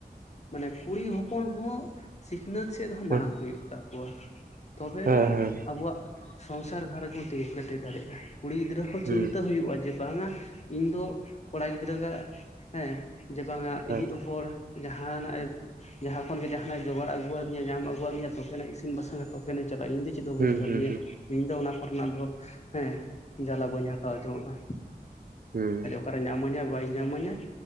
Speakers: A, on the left; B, on the right.
A: ᱢᱟᱱᱮ ᱠᱩᱲᱤ ᱦᱚᱯᱚᱱ ᱦᱚᱸ ᱥᱤᱠᱷᱱᱟᱹᱛ ᱥᱮᱫ ᱦᱚᱸ
B: ᱦᱮᱸ
A: ᱢᱟᱲᱟᱝ ᱦᱩᱭᱩᱜ ᱛᱟᱠᱚᱣᱟ᱾ ᱛᱚᱵᱮᱱᱟ
B: ᱦᱮᱸ ᱦᱩᱸ ᱦᱮᱸ ᱦᱩᱸ
A: ᱟᱵᱚᱣᱟᱜ ᱥᱚᱝᱥᱟᱨ ᱜᱷᱟᱨᱚᱸᱡᱽ ᱵᱚᱱ ᱛᱤᱸᱜᱩ ᱠᱮᱴᱮᱡ ᱫᱟᱲᱮᱭᱟᱜ-ᱟ ᱠᱩᱲᱤ ᱜᱤᱫᱽᱨᱟᱹ ᱦᱚᱸᱪᱤᱱᱛᱟᱹ
B: ᱦᱩᱸ
A: ᱦᱩᱭᱩᱜ-ᱟ ᱡᱮ ᱵᱟᱝ ᱟ ᱤᱧ ᱫᱚ ᱠᱚᱲᱟ ᱜᱤᱫᱽᱨᱟᱹ ᱜᱟᱜ ᱦᱮᱸ ᱡᱮ ᱵᱟᱝᱟ
B: ᱦᱩᱸ
A: ᱤᱧᱤᱡ
B: ᱦᱮᱸ
A: ᱦᱚᱲ ᱡᱟᱦᱟᱱᱟᱜ ᱮ ᱡᱟᱦᱟᱸ ᱠᱷᱚᱱ ᱜᱮ ᱡᱟᱦᱟᱱᱟᱜ ᱮ ᱡᱚᱜᱟᱲ ᱟᱹᱜᱩ ᱟᱹᱫᱤᱧᱟ ᱧᱟᱢ ᱟᱹᱜᱩ ᱟᱹᱫᱤᱧᱟ ᱛᱚᱵᱮᱱᱟ ᱤᱥᱤᱱ ᱵᱟᱥᱟᱝ -ᱟ᱾ ᱛᱚᱵᱮᱱᱟᱧ ᱪᱟᱞᱟᱜ-ᱟ ᱤᱧ ᱫᱚ ᱪᱮᱫ ᱦᱚᱸ
B: ᱦᱩᱸ
A: ᱵᱟᱹᱧ ᱠᱟᱹᱢᱤᱭᱟ
B: ᱦᱩᱸ ᱦᱩᱸ ᱦᱮᱸ ᱦᱮᱸ ᱦᱩᱸ ᱦᱩᱸ ᱦᱩᱸ
A: ᱤᱧ ᱫᱚ ᱚᱱᱟ ᱠᱚᱨᱮᱱᱟᱜ ᱫᱚ ᱦᱮᱸ ᱡᱟᱞᱟ ᱵᱟᱹᱧ ᱦᱟ ᱛᱚ ᱟᱡᱚᱹᱢᱚᱜ-ᱟ᱾
B: ᱦᱩᱸ᱾
A: ᱚᱠᱟᱨᱮ ᱧᱟᱢᱟᱹᱧᱟᱭ ᱵᱟᱭ ᱧᱟᱢᱟᱹᱧᱟᱭ